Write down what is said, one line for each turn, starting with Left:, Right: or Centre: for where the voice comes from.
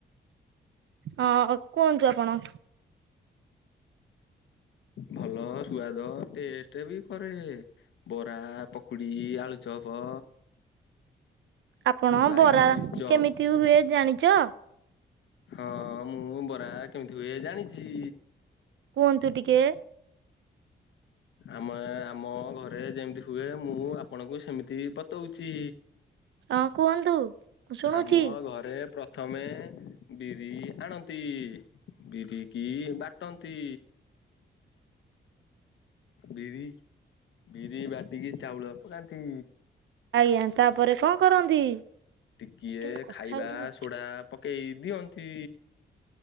Right: ଅ କୁହନ୍ତୁ ଆପଣ?
Left: ଭଲ ସୁଆଦ, ଟେଷ୍ଟ ବି କରେ ବରା, ପକୁଡି, ଆଳୁଚପ
Right: ଆପଣ
Left: ବାଇଗଣୀ
Right: ବରା
Left: ଚପ
Right: କେମିତି ହୁଏ ଜାଣିଚ?
Left: ହଁ, ମୁଁ ବରା କେମିତି ହୁଏ ଜାଣିଚି।
Right: କୁହନ୍ତୁ ଟିକେ?
Left: ଆମେ ଆମ ଘରେ ଯେମିତି ହୁଏ, ମୁଁ ଆପଣଙ୍କୁ ସେମିତି ବତଉଚି।
Right: ହଁ କୁହନ୍ତୁ ମୁଁ ଶୁଣୁଛି
Left: ଆମ ଘରେ ପ୍ରଥମେ ବିରି ଆଣନ୍ତି, ବିରି କିି ବାଟ ଟନ୍ତି ବିରି, ବିରି ବାଟିକି ଚାଉଳ ପକାନ୍ତି
Right: ଆଜ୍ଞା ତାପରେ କଣ କରନ୍ତି?
Left: ଟିକିଏ
Right: କେମିତି କଥା
Left: ଖାଇବା
Right: ହଉଥିଲି
Left: ସୋଢା ପକେଇ ଦିଅନ୍ତି।